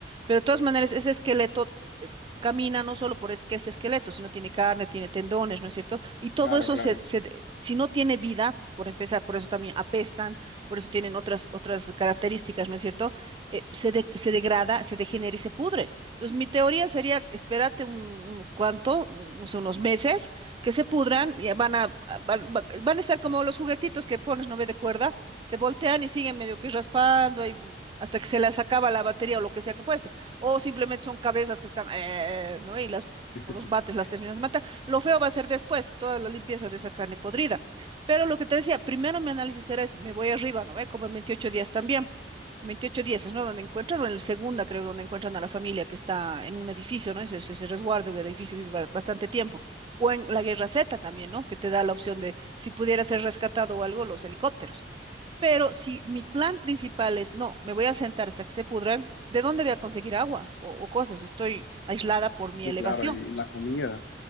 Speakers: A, on the right; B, on the left.
A: pero de todas maneras, ese esqueleto eh, camina no solo por es que es esqueleto, sino tiene carne, tiene tendones, ¿no es cierto? Y todo
B: claro,
A: eso
B: claro.
A: se, se- si no tiene vida, por empezar, por eso también apestan, por eso tienen otras, otras características, ¿no es cierto? Eh, se, de- se degrada, se degenera y se pudre. Entonces, mi teoría sería, espérate un, un cuanto, un- no sé, unos meses, que se pudran y van a, van, van- van a estar como los juguetitos que pones, no ve de cuerda, se voltean y siguen medio que raspando y hasta que se les acaba la batería o lo que sea que fuese. O simplemente son cabezas que están, eh, ¿no? Y las,
B: <laughs>
A: con los bates las terminas de matar. Lo feo va a ser después, toda la limpieza de esa carne podrida. Pero lo que te decía, primero mi análisis era eso, me voy arriba, ¿no ve? Como en 28 días también. veintiocho días es, ¿no? Donde encuentran, o en la segunda creo, donde encuentran a la familia que está en un edificio, ¿no? Ese, ese ese resguardo del edificio vive ba- bastante tiempo. O en la Guerra Z también, ¿no? Que te da la opción de si pudiera ser rescatado o algo, los helicópteros. Pero si mi plan principal es, no, me voy a sentar hasta que se pudra, ¿de dónde voy a conseguir agua o, o cosas? Estoy aislada por mi
B: Sí,
A: elevación.
B: claro, y la comida.